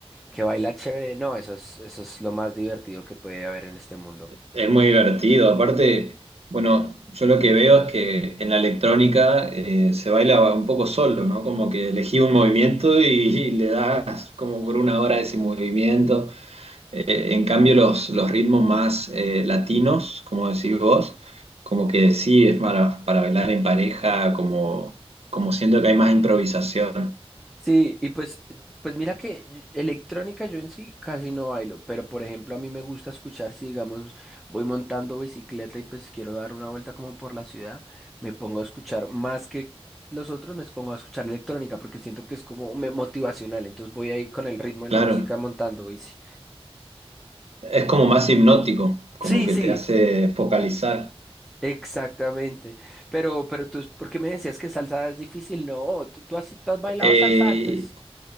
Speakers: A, in the centre; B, on the right.
A: que baila chévere, no, eso es, eso es lo más divertido que puede haber en este mundo.
B: es muy divertido. Aparte, bueno, yo lo que veo es que en la electrónica eh, se baila un poco solo, ¿no? Como que elegí un movimiento y, y le das como por una hora ese movimiento. Eh, en cambio, los, los ritmos más eh, latinos, como decís vos, como que sí es para, para bailar en pareja, como, como siento que hay más improvisación.
A: Sí, y pues, pues mira que y- electrónica yo en sí casi no bailo, pero por ejemplo a mí me gusta escuchar si digamos voy montando bicicleta y pues quiero dar una vuelta como por la ciudad, me pongo a escuchar más que los otros, me pongo a escuchar electrónica porque siento que es como me- motivacional, entonces voy ahí con el ritmo de
B: Claro.
A: la música montando bici.
B: Es como más hipnótico, como
A: Sí,
B: que
A: sí,
B: te hace focalizar.
A: exactamente. Pero, pero tú, ¿por qué me decías que salsa es difícil? No, tú, tú has, tú has bailado
B: Eh,
A: salsa antes.